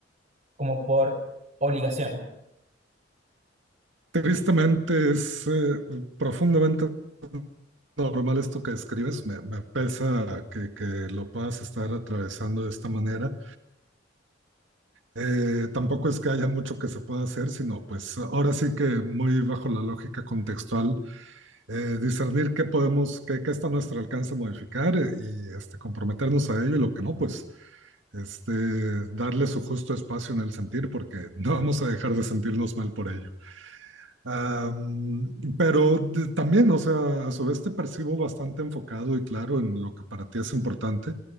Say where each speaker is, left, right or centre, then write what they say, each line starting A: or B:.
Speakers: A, on the right (about 40°); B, on the right (about 80°).
A: como por obligación.
B: Tristemente es eh, profundamente normal esto que describes, me, me pesa que, que, lo puedas estar atravesando de esta manera. Eh, tampoco es que haya mucho que se pueda hacer, sino pues ahora sí que muy bajo la lógica contextual eh, discernir qué podemos, qué, qué está a nuestro alcance modificar eh, y este, comprometernos a ello y lo que no, pues este, darle su justo espacio en el sentir, porque <laughs> no vamos a dejar de sentirnos mal por ello. Am, pero de- también, o sea, a su vez te percibo bastante enfocado y claro en lo que para ti es importante.